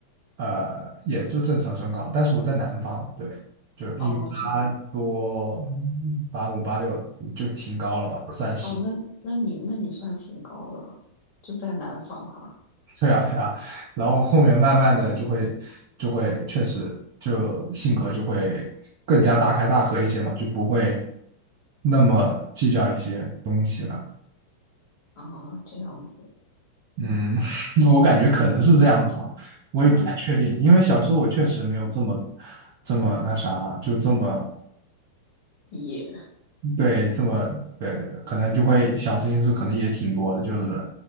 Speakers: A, on the right (about 45°); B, on the left (about 45°).
A: 呃，也就正常身高，但是我在南方，对，就是一米八多，
B: 哦，这样。
A: 八五八六就挺高了吧，算是。
B: 哦，那那你那你算挺高的了，就在南方哈。
A: 对啊，对啊，然后后面慢慢的就会就会确实就性格就会更加大开大合一些嘛，就不会那么计较一些东西了。
B: 啊，这样子，
A: 嗯，<laughs> 我感觉可能是这样子啊，我也不太确定，
B: 嗯，
A: 因为小时候我确实没有这么这么那啥，就这么
B: 也
A: 对，这么对对对，可能就会小事情是可能也挺多的，就是